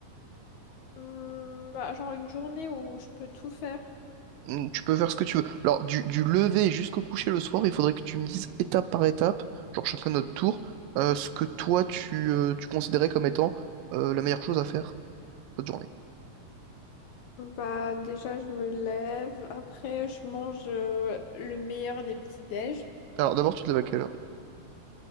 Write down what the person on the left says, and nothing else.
Hum, bah, genre une journée où je peux tout faire.
Bah déjà je me lève, après je mange euh, le meilleur des petits déj